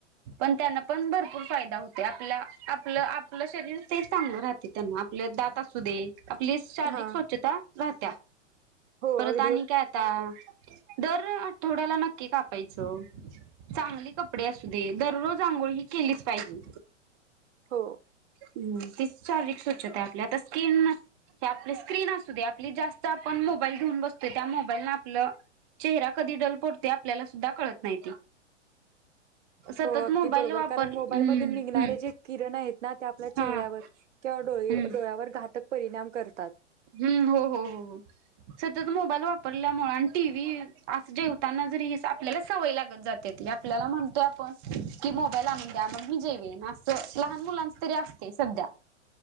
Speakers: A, on the right; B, on the right.
A: पण त्यांना पण भरपूर फायदा होते आपला आपलं आपलं शरीर ते चांगलं राहते त्यांना आपलं दात असू दे. आपली शारीरिक
B: हा
A: स्वच्छता. राहत्या.
B: हो <unintelligible>
A: तानी काय आता दर आठवड्याला नक्की कापायचं. चांगले कपडे असू दे, दररोज आंघोळी ही केलीच पाहिजे.
B: हो
A: तीच शारीरिक स्वच्छता आहे आपली आता स्किन आपली स्क्रीन असू दे आपली जास्त आपण मोबाईल घेऊन बसतो त्या मोबाईल न आपला चेहरा कधी डल पडतोय आपल्याला सुद्धा कळत नाही सतत
B: हो अगदी
A: मोबाईल
B: बरोबर
A: वापर
B: कारण मोबाईल
A: हम्म
B: मधून निघणारे
A: हम्म
B: जे किरण आहेत ना ते आपल्या चेहऱ्यावर
A: हा
B: किंवा डोळ्यावर
A: हम्म
B: घातक परिणाम करतात
A: हम्म हो हो हो हो सतत मोबाईल वापरल्यामुळे आणि टी व्ही जेवताना जरी आपल्याला सवय लागत जाते ती आपल्याला म्हणतोय आपण की मोबाईल आणून द्या मग मी जेवेन आस लहान मुलांच तरी असते सध्या